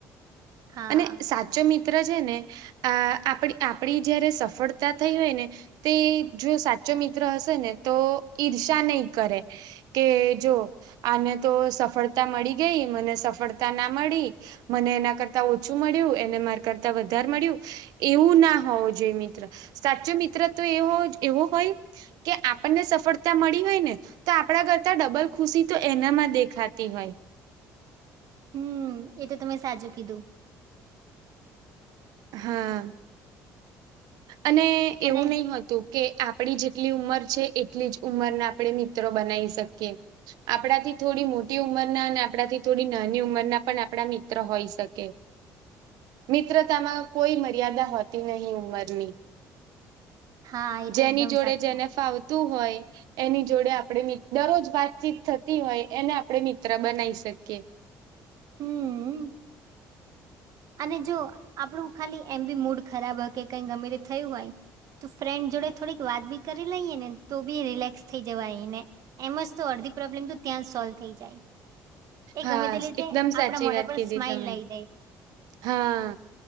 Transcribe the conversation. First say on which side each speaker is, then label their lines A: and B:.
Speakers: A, on the right (about 65°); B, on the right (about 80°).
A: હા,
B: અને સા જો મિત્ર છે ને અ આપ આપડી જયારે સફળતા થઈ હોય ને તે જો સાચો મિત્ર હશે ને તો ઈર્ષ્યા નહી કરે કે જો આને તો સફળતા મળી ગઈ મને સફળતા ના મળી મને એના કરતા ઓછું મળ્યું એને માર કરતા વધારે મળ્યું એવું ના હોવું જોઈએ મિત્ર સાચો મિત્ર તો એવો એવો હોય કે આપણને સફળતા મળી હોય ને તો આપણા કરતા ડબલ ખુશી તો એનામાં દેખા તી હોય
A: હમ્મ એ તો તમે સાચું કીધું
B: હા અને એવું
A: અને
B: નહી હતું કે આપડી જેટલી ઉંમર છે એટલી જ ઉંમરના આપણે મિત્રો બનાવી શકીએ આપણાથી થોડી મોટી ઉંમરના અને આપણાથી થોડી નાની ઉંમરના પણ આપણા મિત્ર હોઈ શકે મિત્ર આમાં કોઈ મર્યાદા હોતી નહી ઉંમરની
A: હા, એ
B: જેની
A: તો એકદમ
B: જોડે
A: સાચું.
B: જેને ફાવતું હોય એની જોડે આપણે દરરોજ વાતચીત થતી હોય એને આપણે મિત્ર બનાવી શકીએ
A: હમ્મ અને જો આપણું ખાલી એમ બી મૂડ ખરાબ હ કે કઈ ગમે તે થયું હોય તો ફ્રેન્ડ જોડે થોડીક વાત બી કરી લઈએ ને તો બી રિલેક્સ થઈ જવા એને એમ જ તો અડધી પ્રોબ્લેમ તો ત્યાં જ સોલ્વ થઈ જાય એ
B: હા
A: ગમે તે રીતે
B: એકદમ
A: આપડા
B: સાચી
A: મોઢા
B: વાત
A: પર
B: કીધી
A: સ્માઈલ
B: તમે
A: લાવી જાય
B: હા